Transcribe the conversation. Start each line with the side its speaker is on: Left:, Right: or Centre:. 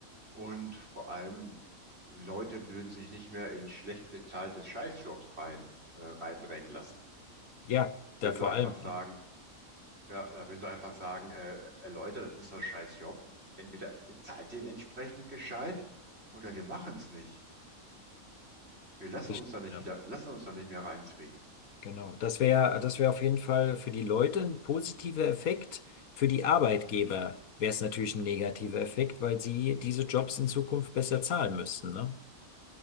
Right: Und vor allem, Leute würden sich nicht mehr in schlecht bezahlte Scheißjobs rein, äh, reindrängen lassen.
Left: Ja,
Right: Da
Left: da
Right: würden
Left: vor
Right: sie einfach
Left: allem,
Right: sagen,
Left: ja.
Right: ja, da würden sie einfach sagen, äh, äh, Leute, das ist so ein Scheißjob. Entweder ihr zahlt den entsprechend gescheit oder wir machen es nicht. Wir lassen
Left: Richtig,
Right: uns da nicht
Left: ja.
Right: wieder, lassen uns da nicht mehr reinzwingen.
Left: Genau. Das wäre,
Right: Also,
Left: das wäre auf jeden Fall für die Leute ein positiver Effekt. Für die Arbeitgeber wäre es natürlich ein negativer Effekt, weil sie diese Jobs in Zukunft besser zahlen müssten, ne?